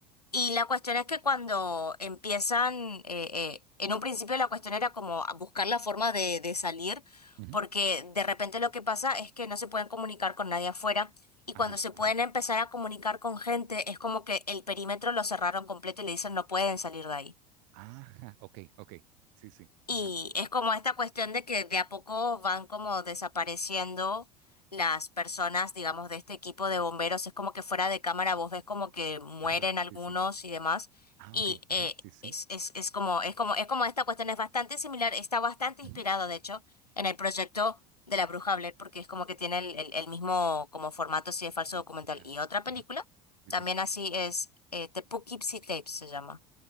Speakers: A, on the left (about 85°); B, on the right (about 55°).
A: Y la cuestión es que cuando empiezan, eh, eh, en un principio la cuestión era como a buscar la forma de, de salir,
B: ujú,
A: porque de repente lo que pasa es que no se pueden comunicar con nadie afuera y
B: ajá,
A: cuando se pueden
B: ajá,
A: empezar a comunicar con gente es como que el perímetro lo cerraron completo y le dicen no pueden salir de ahí.
B: ajá, ok, ok, sí, sí,
A: Y
B: ajá,
A: es como esta cuestión de que de a poco van como desapareciendo las personas, digamos, de este equipo de bomberos. Es como que fuera de cámara vos ves como que mueren
B: ajá,
A: algunos
B: sí, sí,
A: y demás.
B: ah,
A: Y
B: ok, ajá,
A: eh,
B: sí, sí,
A: es, es, es como, es como, es como esta cuestión es bastante similar, está bastante inspirado,
B: ujú,
A: de hecho, en el proyecto de la Bruja Blair, porque es como que tiene el, el, el mismo como formato así de falso
B: formato,
A: documental.
B: claro,
A: Y otra película,
B: ajá, sí,
A: también
B: sí, ajá.
A: así es, eh, The Poughkeepsie Tapes se llama.